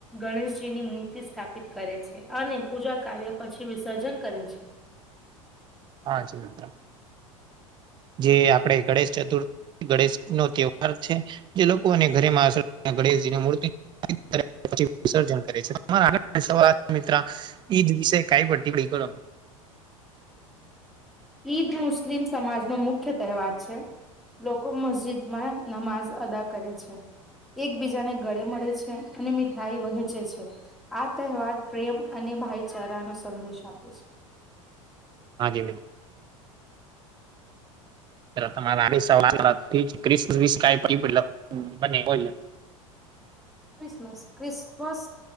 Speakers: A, in the centre; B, on the right.
A: ગણેશજીની મૂર્તિ સ્થાપિત કરે છે અને પૂજા કાર્ય પછી વિસર્જન કરે છે
B: હા જી મિત્ર જે આપડે ગણેશ ચતુર ગણેશ નો તહેવાર છે જે લોકો અને ઘરેમાં આશ ગણેશજીની મૂર્તિ <unintelligible> વિસર્જન કરે છે હા <unintelligible> મિત્રા ઈદ વિશે કાઈ પણ ટીપણી કરો
A: ઈદ મુસ્લિમ સમાજ નુ મુખ્ય તહેવાર છે. લોકો મસ્જિદમાં નમાજ અદા કરે છે. એકબીજાને ગળે મળે છે અને મીઠાઈ વહેંચે છે. આ તહેવાર પ્રેમ અને ભાઈચારાનો સંદેશ આપે છે.
B: હા જી મી <unintelligible>
A: ક્રિસમસ ક્રિસમસ